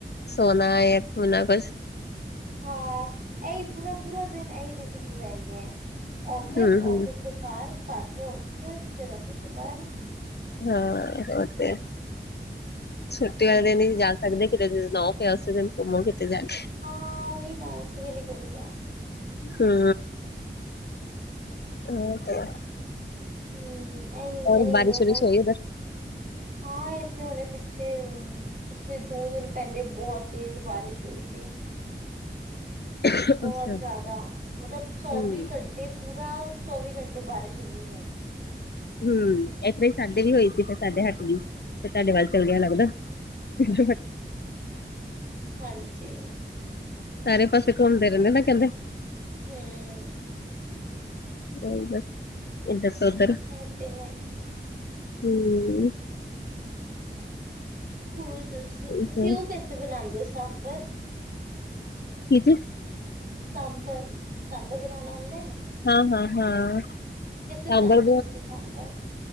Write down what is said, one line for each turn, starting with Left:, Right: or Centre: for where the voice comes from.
Left: ਸੋਨਾ ਏ, ਖੋਨਾ ਕੁਛ।
Right: ਹਾਂ, ਇਹੀ ਪੂਰਾ-ਪੂਰਾ ਦਿਨ ਇਹੀ ਰੂਟੀਨ ਰਹਿਗਿਆ, ਔਫਿਸ,
Left: ਹੂੰ ਹੂੰ
Right: ਔਫਿਸ ਤੋ ਘਰ, ਘਰ ਤੋਂ ਔਫਿਸ, ਫਿਰ, ਔਫਿਸ ਤੋਂ ਘਰ।
Left: ਹਾਂ ਉਹ ਤੇ, ਛੁੱਟੀ
Right: ਹੂੰ।
Left: ਵਾਲੇ ਦਿਨ ਹੀ ਜਾ ਸਕਦੇ ਕਿਤੇ ਬਨਾਓ ਆਸੇ, ਫਿਰ ਘੁੰਮੋ ਕਿਤੇ ਜਾਕੇ।
Right: ਹਾਂ, ਉਹੀ ਨਾ ਉਸੀ ਵੇਲੇ ਘੁੰਮਦੇ ਆਂ।
Left: ਹੂੰ ਹੂੰ ਤੇ
Right: ਹੂੰ, ਇਹੀ-ਇਹੀ
Left: ਔਰ ਬਾਰਿਸ਼
Right: ਹੈ,
Left: ਵਾਰਿਸ਼
Right: ਬਸ।
Left: ਹੋਈ
Right: ਹਾਂ ਏ ਤੇ ਹੁਣੇ ਪਿੱਛੇ, ਪਿੱਛੇ ਦੋ-ਦਿਨ ਪਹਿਲੇ ਬਹੁਤ ਤੇਜ਼ ਬਾਰਿਸ਼ ਹੋਈ ਸੀ।
Left: ਉਧਰ
Right: ਬਹੁਤ ਜ਼ਿਆਦਾ! ਮਤਲਬ ਚੌਵੀ
Left: ਹੂੰ
Right: ਘੰਟੇ ਪੂਰਾ, ਚੌਵੀ ਘੰਟੇ ਬਾਰਿਸ਼ ਹੁੰਦੀ ਰਹੀ।
Left: ਹੂੰ, ਇਹਦਾਂ ਹੀ ਸਾਡੇ ਵੀ ਹੋਈ ਸੀ, ਫਿਰ ਸਾਡੇ ਹੱਟਗੀ, ਫਿਰ ਤੁਹਾਡੇ ਵੱਲ ਚੱਲ ਗਿਆ ਲੱਗਦਾ। ਹੂੰ
Right: ਹਾਂਜੀ
Left: ਸਾਰੇ ਪਾਸੇ ਘੁੰਮਦੇ ਰਹਿੰਦੇ ਨਾ ਕਹਿੰਦੇ।
Right: ਹੂੰ
Left: ਓਈ ਤੇ, ਏ ਦੱਸੋ ਫਿਰ।
Right: ਐ ਤੇ, ਹੈ।
Left: ਹੂੰ
Right: ਹੋਰ ਦੱਸੋ?
Left: ਕੀ
Right: ਤੁਸੀਂ ਉਹ ਕੈਸ ਤੇ ਬਣਾਂਦੇ ਓ, ਸਾਂਬਰ?
Left: ਕੀ ਚੀਜ਼?
Right: ਸਾਂਬਰ। ਸਾਂਬਰ ਬਣਾਣਾ ਆਂਦਾ ਏ?
Left: ਹਾਂ-ਹਾਂ-ਹਾਂ,
Right: ਬਣਾਉਂਦੇ
Left: ਸਾਂਬਰ
Right: ਹੋ ਤੁਸੀਂ ਸਾਂਬਰ